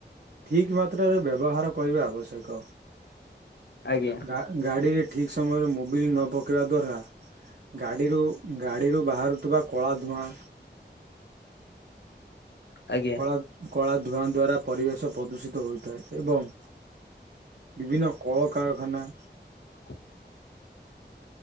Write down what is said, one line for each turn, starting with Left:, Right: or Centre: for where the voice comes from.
Right: ଠିକ୍ ମାତ୍ରାରେ ବ୍ୟବହାର କରିବା ଆବଶ୍ୟକ,
Left: ଆଜ୍ଞା
Right: ଗା ଗାଡିରେ ଠିକ୍ ସମୟରେ ମୋବିଲ୍ ନ ପକେଇବା ଦ୍ଵାରା ଗାଡିରୁ ଗାଡିରୁ ବାହାରୁଥିବା କଳା ଧୂଆଁ
Left: ଆଜ୍ଞା।
Right: କଳା କଳା ଧୂଆଁ ଦ୍ଵାରା ପରିବେଶ ପ୍ରଦୂଷିତ ହୋଇଥାଏ ଏବଂ ବିଭିନ୍ନ କଳକାରଖାନା
Left: <inaudible>